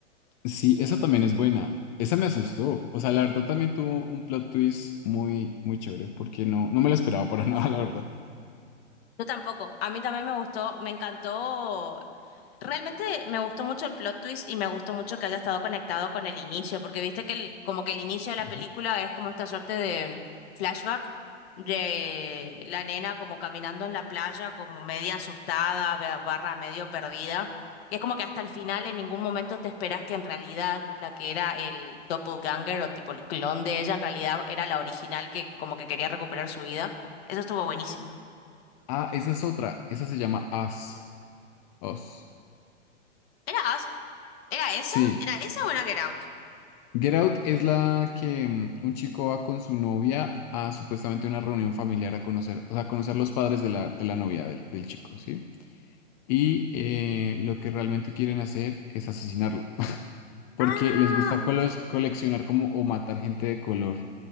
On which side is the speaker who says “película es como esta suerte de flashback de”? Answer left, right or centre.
Left